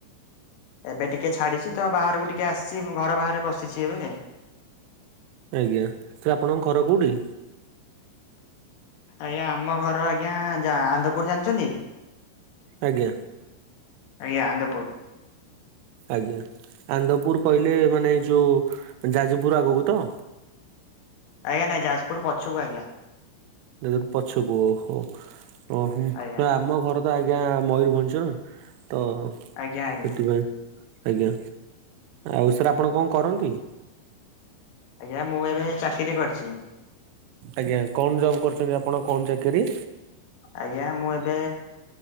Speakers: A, on the left; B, on the right.
A: ଏବେ ଟିକେ ଛାଡିଛି ତ ବାହାରକୁ ଟିକେ ଆସିଛି ଘର ବାହାରେ ବସିଛି ଏବେ।
B: ଆଜ୍ଞା ସାର୍ ଆପଣଙ୍କ ଘର କୋଉଠି?
A: ଆଜ୍ଞା ଆମ ଘର ଆଜ୍ଞା ଜା ଆନ୍ଦପୁର ଜାଣିଛନ୍ତି।
B: ଆଜ୍ଞା।
A: ଆଜ୍ଞା ଆନ୍ଦପୁର।
B: ଆଜ୍ଞା ଆନ୍ଦପୁର କହିଲେ ମାନେ ଏ ଯୋଉ ଯାଜପୁର ଆଗକୁ ତ।
A: ଆଜ୍ଞା ନାଇଁ ଯାଜପୁର ପଛକୁ ଆଜ୍ଞା।
B: ଏ ଯୋଉ ପଛକୁ ଓହୋ ଓ ହୁଁ
A: ଆଜ୍ଞା
B: ଆମ ଘର ତ ଆଜ୍ଞା ମୟୂରଭଞ୍ଜ ତ ସେଥିପାଇଁ।
A: ଆଜ୍ଞା ଆଜ୍ଞା
B: ଆଜ୍ଞା ଆଉ ସାର୍ ଆପଣ କଣ କରନ୍ତି?
A: ଆଜ୍ଞା ମୁଁ ଏବେ ଚାକିରି କରିଚି।
B: ଆଜ୍ଞା କଣ ଜବ୍ କରୁଚନ୍ତି ଆପଣ କଣ ଚାକିରି?
A: ଆଜ୍ଞା ମୁଁ ଏବେ